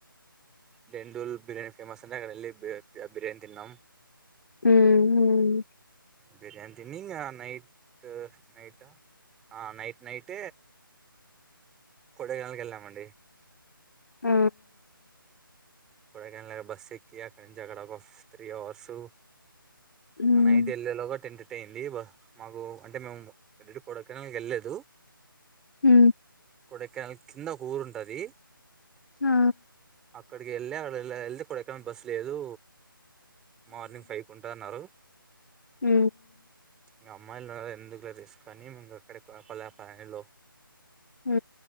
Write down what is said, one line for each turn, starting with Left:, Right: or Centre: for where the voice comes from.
Centre: డెండూల్ బిర్యానీ ఫేమస్ అంటే అక్కడ వెళ్ళి బిర్యానీ తిన్నాం
Left: హ్మ్ హ్మ్
Centre: అ బిర్యాంతినింగ్ నైట్ నైట్ నైట్ నైట కోడగా నకి వెళ్ళామండి
Left: ఆ
Centre: కొడక బస్ సికి అక్క జాక్కడఫ్ త్రీ అవర్సు
Left: హ్మ్
Centre: నైట్ ఎల్లో ఒక టె ట్టంది బ మాకు అంటే మేము <unintelligible> ఎక్కనకి వెళ్ళదు
Left: హ
Centre: కొడ కనాల్ కింద ఒక ఊరు ఉంటది
Left: ఆ
Centre: అక్కడికి వెళ్ళ అక్కడ ఎల్ది కొడక బస్ లేదు మార్నింగ్ ఫైవ్ కుంటా అన్నారు
Left: హ
Centre: ఇంకా అమ్మాయిలు ఎందుకులో తీసుని ఇం అక్కడ పలా పనిలో
Left: హ